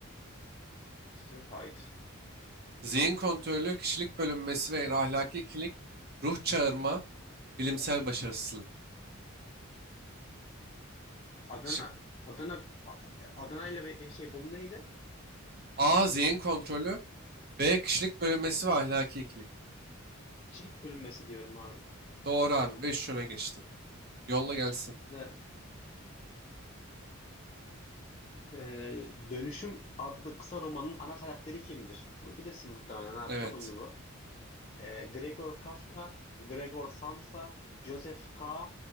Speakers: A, on the left (about 30°); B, on the right (about 45°).
A: Mr. Hyde.
B: Zihin kontrolü, kişilik bölünmesi ve ahlaki ikilik. Ruh çağırma, bilimsel başarısızlık.
A: Adana
B: Şık.
A: Adana A- Adana ile be- şey Bolu neydi?
B: A. Zihin kontrolü. B. Kişilik bölünmesi ve ahlaki ikilik.
A: Kişilik bölünmesi diyorum abi.
B: Doğru abi. 5 öne geçtin. Yolla gelsin.
A: Güzel. Ee, Dönüşüm adlı kısa romanın ana karakteri kimdir? Bunu bilirsin muhtemelen abi.
B: Evet.
A: Çok ünlü bu. Ee, Gregor Kafka, Gregor Samsa, Joseph K.